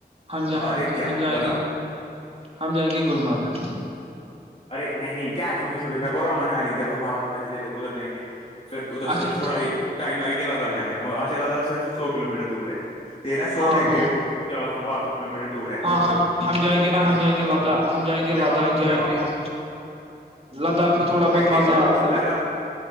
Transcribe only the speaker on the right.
ہم
ہم
ہم جائیں
گے ہم جائیں گے گللمرگ
اچھا
ہاں
وہ
ہاں ہم ہم جائیں گے نا
ہم جائیں گے ہم جائیں گے
لداخ
جائیں
گے ہم لداخ میں تھوڑا بہت مزہ
آتا
ہے